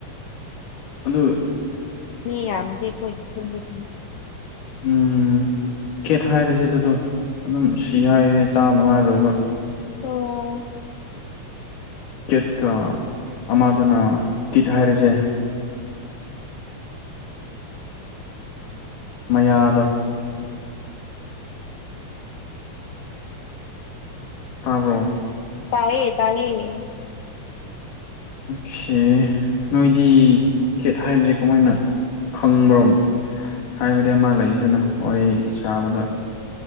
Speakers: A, on the left; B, on the left.
A: ꯑꯗꯨ꯫
B: ꯃꯤ ꯌꯥꯝꯗꯦ ꯑꯩꯈꯣꯏꯒꯤ ꯈꯨꯟꯗꯗꯤ ꯫
A: ꯎꯝ ꯀꯦꯠ ꯍꯥꯏꯔꯁꯦ ꯑꯗꯨꯗꯣ ꯑꯗꯨꯝ ꯁꯤ ꯍꯥꯏꯔꯗꯤ ꯇꯥꯕ ꯅꯨꯡꯉꯥꯏꯔꯣꯏꯕ꯫
B: ꯑꯥ꯫
A: ꯀꯦꯠꯀ ꯑꯃꯗꯨꯅ ꯇꯤꯠ ꯍꯥꯏꯔꯖꯦ꯫ ꯃꯌꯥꯗꯣ꯫ ꯇꯥꯕ꯭ꯔꯣ꯫
B: ꯇꯥꯏꯌꯦ ꯇꯥꯏꯌꯦ꯫
A: ꯑꯣꯈꯦ ꯅꯣꯏꯗꯤ ꯀꯦꯠ ꯍꯥꯏꯕꯖꯦ ꯀꯃꯥꯏꯅ ꯈꯪꯕ꯭ꯔꯣꯝ꯫ ꯍꯥꯏꯕꯗꯤ ꯑꯃ ꯂꯩꯗꯅ ꯋꯥꯔꯤ ꯁꯥꯕꯗ꯫